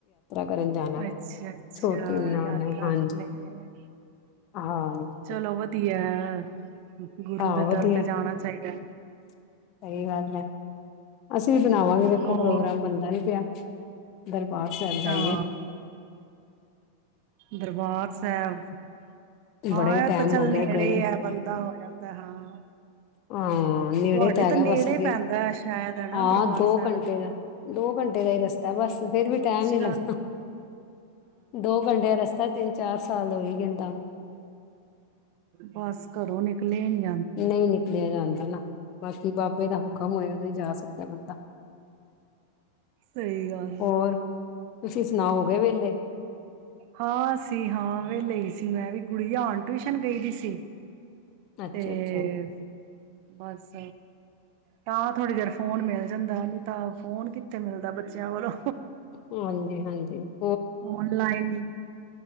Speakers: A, on the left; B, on the right.
A: ਕਰਨ ਜਾਣਾ
B: ਅੱਛਾ ਅੱਛਾ
A: ਛੋਟੀ ਨਨਾਣ
B: ਯਾਤਰਾ
A: ਨੇ ਹਾਂਜੀ
B: ਕਰਨ
A: ਹਾਂ
B: ਚਲੋ ਵਧੀਆ ਹਾਂ ਗੁਰੂ
A: ਆਹੋ
B: ਦੇ
A: ਵਧੀਆ
B: ਦਰ ਤੇ ਜਾਣਾ ਚਾਹੀਦਾ
A: ਸਹੀ ਗੱਲ ਹੈ। ਅਸੀਂ ਵੀ ਬਣਾਵਾਂਗੇ ਵੇਖੋ
B: ਹੋਰ
A: ਪ੍ਰੋਗਰਾਮ ਬਣਦਾ ਨੀ ਪਿਆ, ਦਰਬਾਰ ਸਾਹਿਬ ਜਾਈਏ।
B: ਹਾਂ ਦਰਬਾਰ ਸਾਹਿਬ। ਹਾਂ
A: ਬੜਾ ਹੀ
B: ਇਹ
A: ਟਾਈਮ
B: ਤਾਂ ਚੱਲ
A: ਹੋ ਗਿਆ
B: ਨੇੜੇ
A: ਗਏ
B: ਏ ਬੰਦਾ ਜਾਂਦਾ ਹਾਂ
A: ਹਾਂ। ਨੇੜੇ
B: ਤੁਹਾਡੇ
A: ਹੈਗਾ
B: ਤਾਂ ਨੇੜੇ
A: ਬਸ ਤੇ
B: ਪੈਂਦਾ ਹੈ ਸ਼ਾਇਦ ਹੈਨਾ
A: ਹਾਂ
B: ਦਰਬਾਰ
A: ਦੋ
B: ਸਾਹਿਬ,
A: ਘੰਟੇ ਦਾ ਦੋ ਘੰਟੇ ਦਾ ਹੀ ਰਸਤਾ ਬਸ ਫੇਰ ਵੀ ਟਾਈਮ
B: ਹਾਂ
A: ਨੀ ਲੱਗਦਾ ਦੋ ਘੰਟੇ ਦਾ ਰਸਤਾ ਤਿੰਨ ਚਾਰ ਸਾਲ ਹੋਈ ਕਹਿੰਦਾ
B: ਬਸ ਘਰੋਂ ਨਿਕ <unintelligible>
A: ਨਹੀਂ ਨਿਕਲਿਆ ਜਾਂਦਾ ਨਾ। ਬਾਕੀ ਬਾਬੇ ਦਾ ਹੁਕਮ ਹੋਆ, ਉਦੋਂ ਹੀ ਜਾ ਸਕਦਾ ਬੰਦਾ।
B: ਸਹੀ ਗੱਲ।
A: ਹੋਰ ਤੁਸੀਂ ਸੁਣਾਓ ਹੋ ਗਏ ਵੇਲੇ?
B: ਹਾਂ ਸੀ ਹਾਂ ਵੇਲੇ ਹੀ ਸੀ ਮੈਂ ਵੀ, ਗੁੜੀਆਂ ਹੁਣ ਟਿਊਸ਼ਨ ਗਈ ਦੀ ਸੀ।
A: ਅੱਛਾ-ਅੱਛਾ।
B: ਤੇ ਬਸ ਤਾਂ ਥੋੜੀ ਦੇਰ ਫੋਨ ਮਿਲ ਜਾਂਦਾ ਏ, ਨੀ ਤਾਂ ਫੋਨ ਕਿੱਥੇ ਮਿਲਦਾ ਏ ਬੱਚਿਆਂ ਕੋਲੋਂ।
A: ਹਾਂਜੀ-ਹਾਂਜੀ। ਤੇ
B: ਓਨਲਾਈਨ,